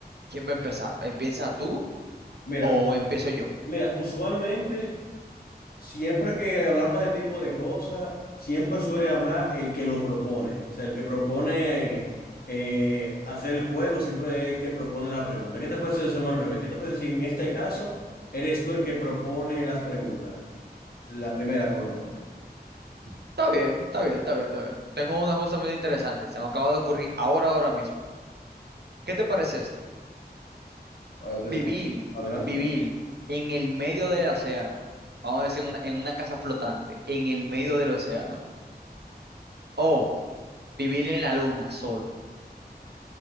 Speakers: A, on the right; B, on the left.
A: ¿quién va a empezar? ¿Empieza tú
B: Mira,
A: o empiezo yo?
B: mira, usualmente, siempre que hablamos de tipo de cosas, siempre suele hablar el que lo propone. O sea, el que propone eh, hacer el juego, siempre es el que propone la pregunta. ¿Qué te parece si lo hacemos al revés? ¿Qué te parece si en este caso eres tú el que propone las preguntas? La primera, por lo menos.
A: Está bien, está bien, está bien, está bien. Tengo una justamente interesante, se me acaba de ocurrir ahora, ahora mismo. ¿Qué te parece esto?
B: Ahora te
A: Vivir,
B: escucho. Adelante.
A: vivir en el medio del océano. Vamos a decir una- en una casa flotante, en el medio del océano. O vivir en la luna solo.